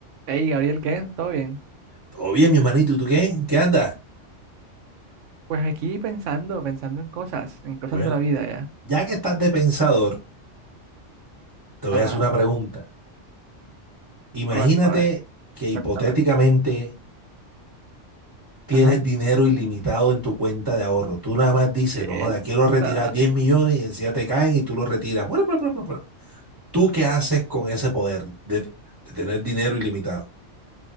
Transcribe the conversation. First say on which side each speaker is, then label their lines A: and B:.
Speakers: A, on the right; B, on the right.
A: Hey, Gabriel, ¿qué? ¿Todo bien?
B: Todo bien, mi hermanito, ¿y tú qué? ¿Qué andas?
A: Pues aquí pensando, pensando en cosas, en cosas
B: Bueno,
A: de la vida ya.
B: ya que estás de pensador, te voy
A: Ajá.
B: a hacer una pregunta. Imagínate
A: ¿Cuál fue? A ver,
B: que hipotéticamente
A: Cuéntala.
B: tienes
A: Ajá.
B: dinero ilimitado en tu cuenta de ahorro. Tú nada más dices,
A: Bien.
B: no joda, quiero retirar
A: Ah,
B: 10 millones y encima te caen y tú lo retiras. Bueno, bueno bueno bueno ¿Tú qué haces con ese poder de, de tener dinero ilimitado?